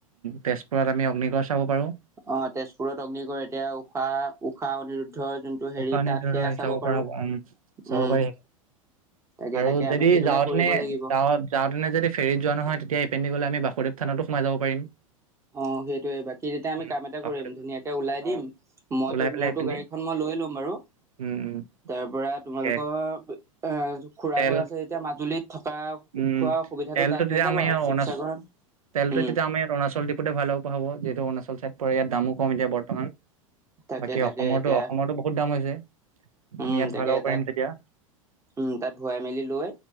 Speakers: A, on the right; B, on the right.
A: তেজপুৰত আমি অগ্নিগড় চাব পাৰোঁ
B: অ তেজপুৰত অগ্নিগড় এতিয়া ঊষা ঊষা অনিৰুদ্ধ ৰ যোনটো হেৰি
A: উষা অনিৰুদ্ধ
B: তাত সেয়া চাব
A: পৰা
B: পাৰো উম
A: চাব পাৰি
B: তাকে
A: আৰু
B: তাকে
A: যদি
B: আমি সেইটোকে
A: যাওঁতেনে
B: কৰিব লাগিব
A: যাওঁ যাওঁতেনে যদি ফেৰিত যোৱা নহয় তেতিয়া এইপিনদি গলে আমি ব সুদেৱ থানতো সোমাই যাব পাৰিম
B: অ সেইটোয়ে বাকী তেতিয়া আমি
A: উম
B: কাম এটা
A: বাসুদেৱ
B: কৰিম ধুনীয়াকে ওলাই
A: অ
B: দিম মইতো
A: ওলাই পেলাই
B: মোৰতো
A: এইপিনেদি
B: গাড়ীখন মই লৈ লম বাৰু
A: উম উম
B: তাৰ পৰা তোমালোকৰ
A: তাকে
B: এ খুৰা
A: তেল
B: ঘৰ আছে যেতিয়া মাজুলীত থকা
A: উম
B: খোৱা সুবিধাটো
A: তেলটো
B: তাত
A: তেতিয়া
B: হৈ যাব
A: আমি
B: আৰু শিৱসাগৰ
A: অৰুণাচ তেলটো
B: উম
A: তেতিয়া আমি অৰুণাচল দি তে ভাল হ প হাব যিহেত অৰুণাচলাই পৰে ইাত দামো কম <inaudible> এতিয়া বৰ্তমান
B: তাকে
A: বাকী
B: তাকে
A: অসমৰতো
B: এতিয়া
A: অসমৰটো বহুত দাম হৈছে
B: উম
A: আমি ইয়াত
B: তাকে
A: ভৰাই ল'ব পাৰিম
B: তাত
A: তেতিয়া
B: উম তাত ভুৱাই মেলি লৈ